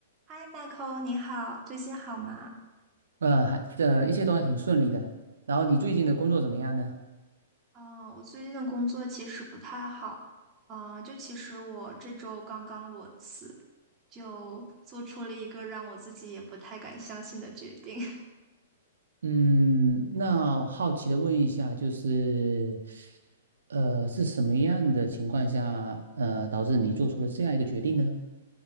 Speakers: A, on the right; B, on the right.
A: 嗨，Michael，你好，最近好吗？
B: 呃，还呃，一切都还挺顺利的。然后你最近的工作怎么样呢？
A: 啊、我最近的工作其实不太好，啊、就其实我这周刚刚裸辞，就做出了一个让我自己也不太敢相信的决定。<laughs>
B: 嗯，那我好奇的问一下，就是，呃，是什么样的情况下，呃，导致你做出了这样一个决定呢？